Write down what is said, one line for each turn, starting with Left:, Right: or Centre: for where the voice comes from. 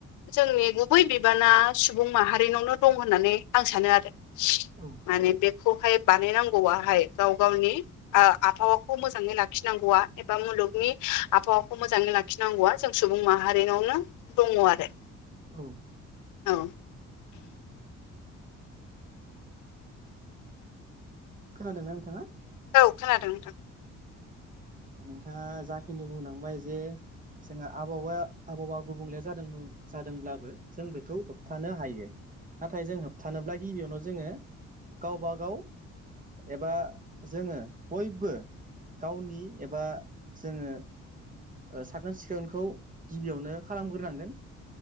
Left: जोंनि बै बिबाना सुबुं माहारिनावनो दं होननानै आं सानो आरो
Right: औ
Left: माने बे खौहाय बानायनांगौआहाय गाव गावनि आबहावाखौ मोजाङै लाखिनांगौआ एबा मुलुगनि आबहावाखौ मोजाङै ला लाखिनांगौआ जों सुबुं माहारिनावनो दङ आरो
Right: औ
Left: औ
Right: खोनादों ना नोंथाङा
Left: औ खोनादों नोंथां
Right: नोंथाङा जाखिनि बुंलांबाय जे जोंहा आबहावाया आबहावा गुबुंले जादोंमोन जादोंब्लाबो जों बेखौ होबथानो हायो नाथाय जों होबथानोब्ला गिबियावनो जोङो गावबागाव एबा जोङो बयबो गावनि एबा जोङो साखोन सिखोनखौ गिबियावनो खालामग्रोनांगोन